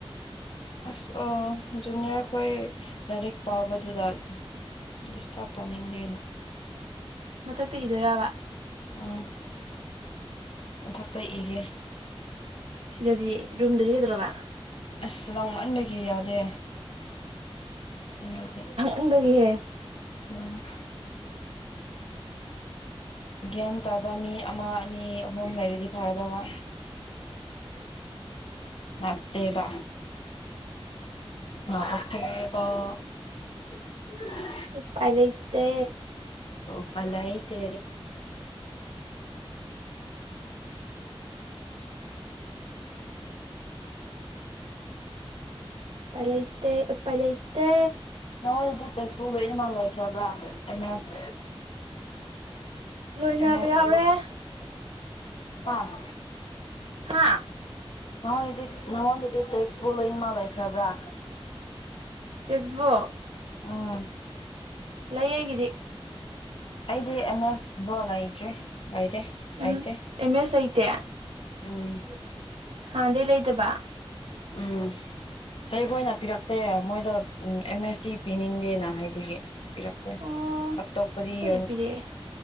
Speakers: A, on the left; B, on the right.
A: ꯑꯁ ꯑ ꯖꯨꯅꯤꯌꯔꯈꯣꯏ ꯂꯥꯏꯔꯤꯛ ꯄꯥꯕꯗꯨꯗ ꯗꯤꯁꯇꯥꯞ ꯇꯧꯅꯤꯡꯗꯦꯅ
B: ꯃꯊꯛꯇ ꯏꯗꯣꯏꯔꯕ
A: ꯑꯥ ꯃꯊꯛꯇ ꯏꯒꯦ
B: ꯁꯤꯗꯗꯤ ꯔꯨꯝꯗꯗꯤ ꯀꯩꯗ꯭ꯧꯔꯕ
A: ꯑꯁ ꯂꯥꯡ ꯃꯟꯕꯒꯤ ꯌꯥꯗꯦ <unintelligible>
B: ꯎꯗꯒꯤ <unintelligible>
A: ꯎꯝ ꯒꯦꯝ ꯇꯥꯕ ꯃꯤ ꯑꯃ ꯑꯅꯤ ꯑꯍꯨꯝ ꯂꯩꯔꯗꯤ ꯐꯔꯗꯧꯕꯥ ꯅꯠꯇꯦꯕ ꯑ ꯑꯣꯀꯦ ꯕꯣ <unintelligible>
B: ꯎꯄꯥꯏ ꯂꯩꯇꯦ
A: ꯑꯣꯄꯥꯏ ꯂꯩꯇꯦ
B: ꯎꯄꯥꯏ ꯂꯩꯇꯦ ꯎꯄꯥꯢ ꯂꯩꯇꯦ
A: ꯅꯪꯉꯣꯟꯗꯗꯤ ꯇꯦꯛꯁꯕꯨꯛ ꯂꯣꯏꯅꯃꯛ ꯂꯩꯈ꯭ꯔꯕ꯭ꯔꯥ ꯑꯦꯅꯦꯁ
B: ꯂꯣꯏꯅꯕ
A: <inaudible>
B: ꯌꯥꯎꯔꯦ ꯍꯥꯥ
A: ꯅꯣꯏꯗꯤ ꯅꯉꯣꯟꯗꯩꯩꯗꯤ ꯇꯦꯛꯁꯕꯨꯛ ꯂꯣꯏꯃꯛ ꯂꯩꯈ꯭ꯔꯕ꯭ꯔꯥ
B: ꯇꯦꯁꯛꯕꯣ
A: ꯑ
B: ꯂꯩꯌꯦ ꯑꯩꯒꯤꯗꯤ
A: ꯑꯩꯗꯤ ꯑꯦꯝ ꯑꯁ ꯕꯣ ꯂꯩꯇ꯭ꯔꯤ ꯂꯩꯇꯦ
B: ꯑꯦꯝ
A: ꯂꯩꯇꯦ
B: ꯑꯦꯝ ꯑꯦꯁ ꯂꯩꯇꯦ
A: ꯑꯧ <unintelligible>
B: ꯍꯥꯟꯗꯩ ꯂꯩꯗꯕ
A: ꯎꯝ ꯆꯩꯈꯣꯏꯅ ꯄꯤꯔꯛꯇꯦ ꯃꯣꯏꯗꯣ ꯑꯦꯝ ꯑꯦꯁ ꯇꯤ ꯄꯤꯅꯤꯡꯗꯦꯅ ꯍꯥꯏꯕꯒꯤ ꯄꯤꯔꯛꯄꯣꯟ
B: ꯑꯣ ꯑꯩꯈꯣꯏꯗꯤ
A: ꯑꯇꯣꯞꯄꯗꯤ <unintelligible>
B: ꯄꯤꯔꯛꯑꯦ